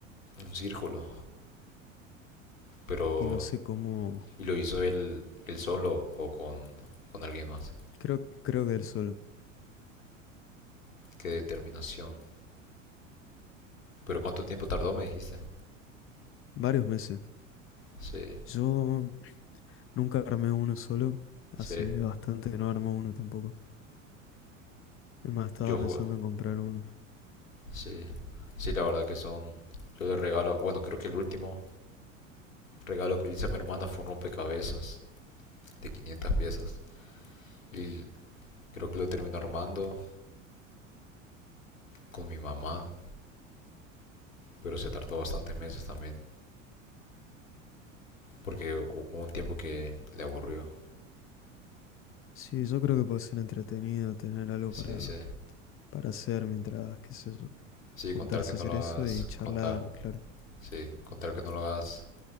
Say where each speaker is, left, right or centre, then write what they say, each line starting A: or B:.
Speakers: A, on the left; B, on the left.
A: Un círculo. Pero.
B: Y no sé cómo.
A: ¿Y lo hizo él, él solo o con, con alguien más?
B: Creo, creo que él solo.
A: Qué determinación. ¿Pero cuánto tiempo tardó, me dijiste?
B: Varios meses.
A: Sí,
B: Yo Nunca armé uno solo.
A: sí.
B: Hace bastante que no armo uno tampoco. Es más, estaba
A: Yo jugué.
B: pensando en comprar uno.
A: Sí. Sí, la verdad que son. Yo le regalo. Bueno, creo que el último regalo que le hice a mi hermana fue un rompecabezas de 500 piezas. Y Creo que lo terminé armando con mi mamá, pero se tardó bastantes meses también, porque hubo un tiempo que le aburrió.
B: Sí, yo creo que puede ser entretenido tener algo
A: Sí,
B: para,
A: sí.
B: para hacer mientras, qué sé yo,
A: Sí,
B: juntarse
A: contar que no
B: a hacer
A: lo
B: eso
A: hagas,
B: y charlar,
A: contar,
B: claro.
A: sí, contar que no lo hagas